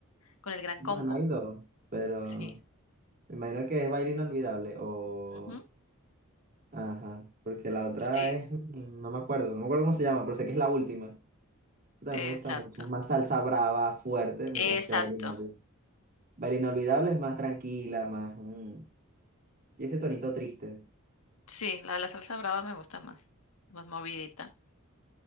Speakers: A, on the left; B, on the right.
A: con el Gran
B: Bueno,
A: Combo.
B: hay dos, pero...
A: Sí,
B: Me imagino que es baile inolvidable o...
A: ujú.
B: Ajá, porque la otra
A: Sí,
B: es... mm, No me acuerdo, no me acuerdo cómo se llama, pero sé que es la última. También
A: exacto,
B: me gusta mucho, es más salsa brava, fuerte, mientras
A: exacto.
B: que baile inolvidable. Baile inolvidable es más tranquila, más... mm, y ese tonito triste.
A: Sí, la de la salsa brava me gusta más, más movidita.